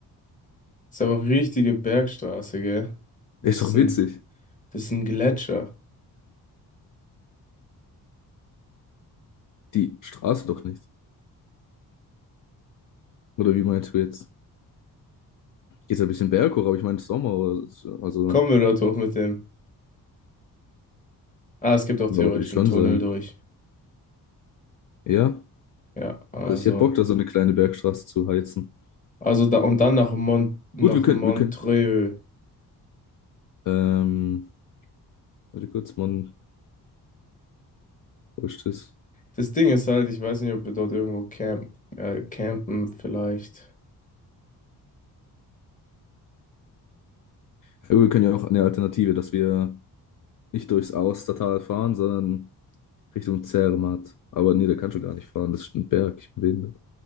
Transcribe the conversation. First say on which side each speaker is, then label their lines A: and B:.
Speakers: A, on the left (about 20°); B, on the left (about 55°).
A: Ist aber richtige Bergstraße, gell? Das
B: Ist doch
A: ist ein,
B: witzig.
A: das ist ein Gletscher.
B: Die Straße doch nicht. Oder wie meinst du jetzt? Geht's ein bisschen berghoch, aber ich meine Sommer, oder so. also
A: Kommen wir dort hoch mit dem. Ah, es gibt auch
B: ja,
A: theoretisch
B: würde ich schon
A: einen Tunnel
B: sagen.
A: durch.
B: Ja,
A: Ja, also.
B: also ich hätte Bock, da so eine kleine Bergstraße zu heizen.
A: Also da und dann nach Mont, nach
B: Gut, wir könnten,
A: Montreux.
B: wir können. Ähm, warte kurz, Mann, wo ist das?
A: Das Ding ist halt, ich weiß nicht, ob wir dort irgendwo camp, äh, campen vielleicht.
B: Ja, gut, wir können ja auch eine Alternative, dass wir nicht durchs Austertal fahren, sondern Richtung Zermatt. Aber nee, der kann schon gar nicht fahren, das ist ein Berg, ich bin behindert.